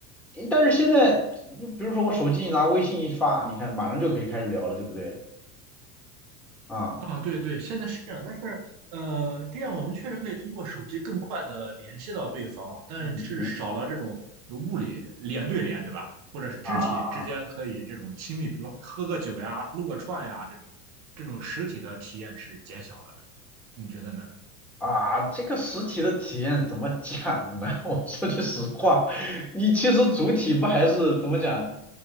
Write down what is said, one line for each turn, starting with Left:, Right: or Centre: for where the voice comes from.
Centre: 你但是现在，你比如说我手机一拿，微信一发，你看马上就可以开始聊了，对不对？啊，
Right: 啊，对对，现在是这样，但是呃，这样我们确实可以通过手机更快的联系到对方，但是少了这种有物理脸对脸，
Centre: 嗯嗯
Right: 对吧？或者是肢体之间可以这种亲密，
Centre: 啊。
Right: 比如说喝个酒呀、撸个串呀这种，这种实体的体验是减小了的，你觉得呢？
Centre: 啊，这个实体的体验怎么讲呢？<laughs> 我说句实话，你其实主体不还是怎么讲，